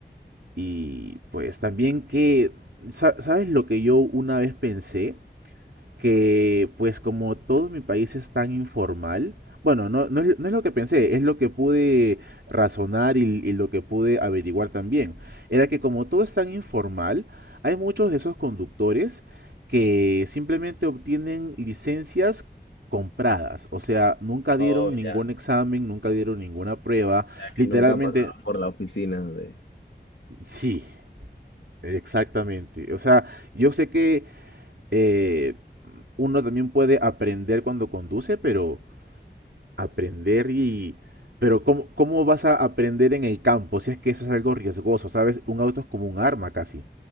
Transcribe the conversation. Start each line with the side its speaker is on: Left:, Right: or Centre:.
Right: Y pues también que, sa- ¿sabes lo que yo una vez pensé? que pues como todo mi país es tan informal, bueno, no, no es, no es lo que pensé, es lo que pude razonar y, y lo que pude averiguar también. Era que como todo es tan informal, hay muchos de esos conductores que simplemente obtienen licencias compradas, o sea, nunca dieron
Left: Oh,
Right: ningún
Left: ya,
Right: examen, nunca dieron ninguna prueba,
Left: ya
Right: literalmente,
Left: que nunca pasaron por la oficina de...
Right: sí, exactamente. O sea, yo sé que eh, uno también puede aprender cuando conduce, pero Aprender y... Pero ¿cómo, cómo vas a aprender en el campo? Si es que eso es algo riesgoso, ¿sabes? Un auto es como un arma casi.